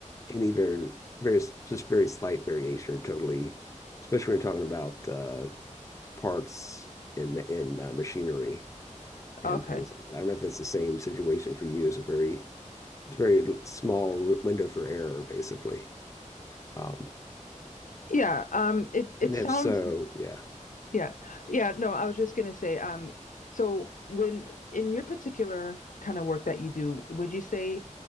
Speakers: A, on the left; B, on the left.
A: any very very s- just very slight variation or totally, especially when you're talking about uh, parts in in uh, machinery and
B: Okay.
A: things like that. I don't know if that's the same situation for you. It's a very it's a very l- small r- window for error, basically. Um,
B: Yeah, um it it
A: and if
B: sounds
A: so, yeah,
B: yeah. Yeah, no, I was just gonna say, um so when in your particular kind of work that you do, would you say